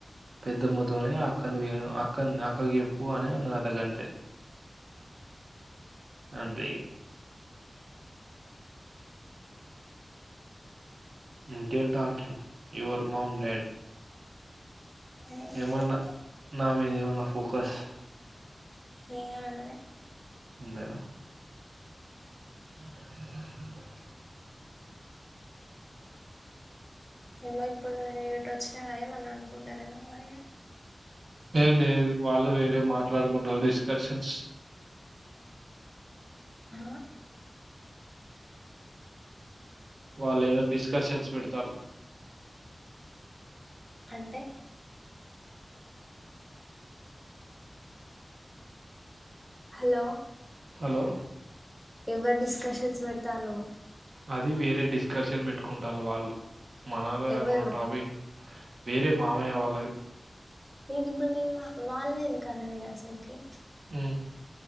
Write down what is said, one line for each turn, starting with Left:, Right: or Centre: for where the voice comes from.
Right: పెద్దమ్మ తోనే అక్కన అక్కన్ అక్కకి చెప్పు అని అన్నదట అంతే
Centre: ?
Right: అంతే ఇగ ఇంకేం talking your mom and dad
Centre: ఏం
Right: ఏమన్న
Centre: లేదు
Right: నా మీదేమన్న ఫోకస్
Centre: నేన్ అన్లే
Right: ఉందనా ?
Centre: ఏమో ఇప్పుడు నేను ఇట వచ్చిన ఏమన్న అనుకుంటారేమో అయ
Right: యే లేదు వాళ్ళు వేరే మాట్లాడుకుంటారు డిస్కర్షన్స్
Centre: ఆ
Right: వాళ్ళు ఏదో డిస్కషన్స్ పెడతారు
Centre: అంటే హలో
Right: హలో
Centre: ఎవరు డిస్కషన్స్ పెడతల్లు
Right: అది వేరే డిస్కషన్ పెట్టుకుంటాళ్ళు వాళ్ళు మనలో
Centre: ఎవరు
Right: మన టాపిక్ వేరే మామయ్య వాళ్ళది
Centre: నేనిప్పుడు మీ వ వాళ్నెందుకన్న నేనసల్కి
Right: ఉమ్